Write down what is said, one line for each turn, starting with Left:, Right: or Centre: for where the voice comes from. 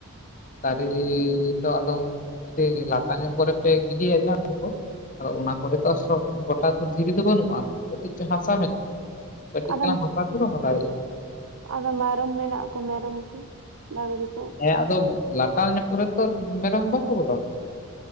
Left: ᱫᱟᱨᱮ ᱨᱤ ᱫᱚ ᱟᱫᱚ ᱡᱩᱫᱤ ᱞᱟᱴᱟ ᱧᱚᱜ ᱠᱚᱨᱮ ᱯᱮ ᱜᱤᱰᱤᱭᱟ ᱡᱟᱝ ᱠᱩ ᱟᱫᱚ ᱚᱱᱟ ᱠᱚᱨᱮ ᱛᱚ ᱥᱚᱵ ᱜᱚᱴᱟ ᱫᱚ ᱫᱷᱤᱨᱤ ᱫᱚ ᱵᱟᱹᱱᱩᱜᱼᱟ, ᱠᱟᱹᱴᱤᱡ ᱪᱚ ᱦᱟᱥᱟ ᱢᱮᱱᱟᱜᱼᱟ ᱠᱟᱹᱴᱤᱡ
Right: ᱟᱫᱚ
Left: ᱪᱟᱞᱟᱝ ᱦᱟᱥᱟ ᱛᱮᱜᱮ ᱚᱱᱟ ᱫᱟᱲᱮᱜᱼᱟ᱾
Right: ᱟᱫᱚ ᱢᱮᱨᱚᱢ ᱢᱮᱱᱟᱜ ᱠᱚ ᱢᱮᱨᱚᱢ ᱠᱩ ᱰᱟᱺᱝᱨᱤ ᱠᱚ᱾
Left: ᱦᱮᱸ ᱟᱫᱚ ᱞᱟᱴᱟᱣ ᱧᱚᱜ ᱠᱚᱨᱮ ᱛᱚ ᱢᱮᱨᱚᱢ ᱵᱟᱠᱚ ᱵᱚᱞᱚᱱᱟ,